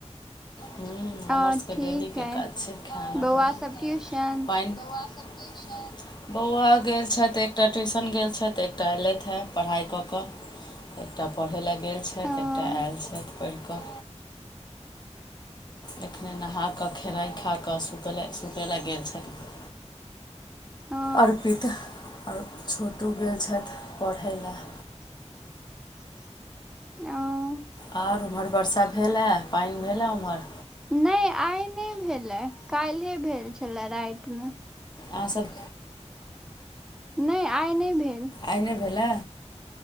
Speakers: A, on the left; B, in the centre.
A: हम्म हमर
B: अ
A: सबके
B: ठीक
A: डेलीके
B: अइ
A: काज छै खाना
B: बौआ
A: बनेना
B: सब ट्यूशन
A: पाइन <inaudible> बौआ गेल छैथ एकटा ट्यूशन गेल छैथ एकटा एयलथि हेँ पढ़ाइ कऽ कऽ एकटा पढ़य लेल गेल छथि
B: अ, अ,
A: एकटा आयल छथि पढ़ि कऽ एखने नहा कऽ खेनाइ खा कऽ सुतय ल गेल छैत
B: अ,
A: अर्पित आर छोटू गेल छैथ पढ़य लेल
B: <unintelligible>
A: आर ओम्हर वर्षा भेलए पाइन भेलए ओम्हर
B: नय आइ नय भेलए काल् भेल छलए रातिमे
A: आहसभ
B: नइ आइ नय भेल
A: आइ नय भेलै